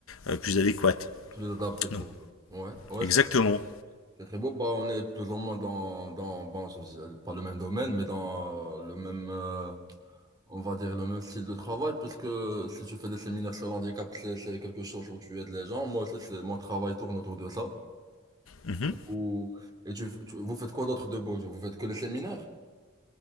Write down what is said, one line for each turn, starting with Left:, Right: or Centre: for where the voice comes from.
Left: euh, plus adéquates.
Right: Plus adapté pour.
Left: Non,
Right: eux. Ouais, ouais,
Left: exactement.
Right: c'est très beau. C'est très beau. Bah, on est plus ou moins dans, dans, bon, je- je- pas le même domaine, mais dans le même. euh, On va dire le même style de travail, puisque si tu fais des séminaires sur l'handicap, c'est c'est quelque chose où tu aides les gens. Moi aussi, c'est- mon travail tourne autour de ça.
Left: Mhm.
Right: Du coup, et tu, tu- vous faites quoi d'autre de beau? Vous faites que les séminaires?